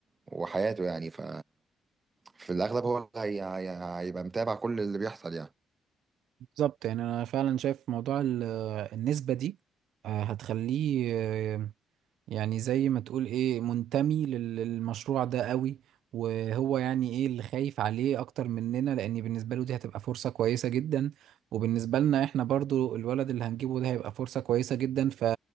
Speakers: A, on the right (about 30°); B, on the right (about 75°).
A: وحياته يعني ف في الاغلب هو اللي هي- هي- هيبقى متابع كل اللي بيحصل
B: بالظبط يعني أنا فعلا شايف موضوع ال- النسبة دي آه، هتخليه آه، يعني زي ما تقول ايه منتمي لل- للمشروع ده قوي وهو يعني ايه اللي خايف عليه اكتر مننا لان بالنسبه له دي هتبقى فرصه كويسه جدا وبالنسبه لنا احنا برضو الولد اللي هنجيبه ده هيبقى فرصه كويسه جدا ف